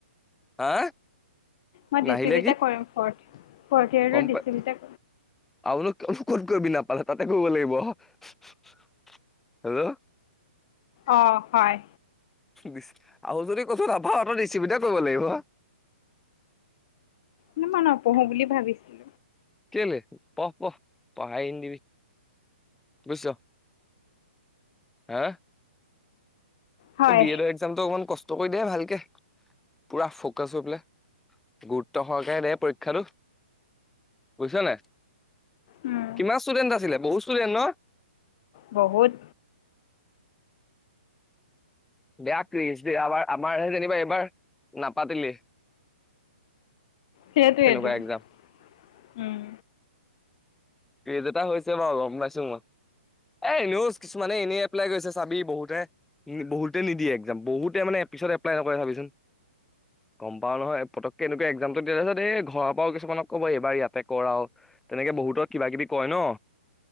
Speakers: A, in the centre; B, on the left.
A: হা?
B: মই
A: নাহিলে
B: ডি চি বিটে
A: কি
B: কৰিম ফৰ্থ, ফৰ্থ ইয়াৰ্টো
A: গম
B: ডি
A: পাই
B: চি বিতে
A: আৰুনো ক-ক'ত কৰিবি নাপালে তাতে কৰিব লাগিব, উহুহু হেল্ল'!
B: অ', হয়।
A: ডিচ আৰু যদি ক'তো নাপাওঁ, তই ডি চি বিতে কৰিব লাগিব।
B: না মই নপঢ়ো বুলি ভাবিছিল।
A: কেলে পঢ়, পঢ়। পঢ়া এৰি নিদিবি, বুজিছ। হা?
B: হয়
A: বি এ টু একজামটো অকণমান কষ্ট কৰি দিয়ে ভালকে। পুৰা ফকাচ হৈ পেলে, গুৰুত্ব সহকাৰে দে পৰীক্ষাটো। বুজিছ' নাই?
B: উম,
A: কিমান ষ্টুডেন্ট আছিলে বহুত ষ্টুডেন্ট ন'?
B: বহুত।
A: বেয়া ক্ৰেচ দে আমাৰ আমাৰ সে যেনিবা এবাৰ নাপাতিলে।
B: সেইটোৱে
A: তেনেকুৱা
B: উম।
A: এক্সাম ক্ৰেজ এটা হৈছে বাৰু গম পাইছোঁ মই। এ, এনেও কিছুমানে এনেই এপ্লাই কৰিছে চাবি বহুতে। উম, বহুতে নিদিয়ে একজাম বহুতে মানে পিছত এপ্লাই নকৰে চাবিচোন। গম পাওঁ নহয় পটককে এনেকুৱা একজামটো দিয়া পিছত এই ঘৰৰ পৰাও কিছুমানক ক'ব এইবাৰ ইয়াতে কৰ আৰু। তেনেকে বহুতক কিবা কিবি কয় ন'।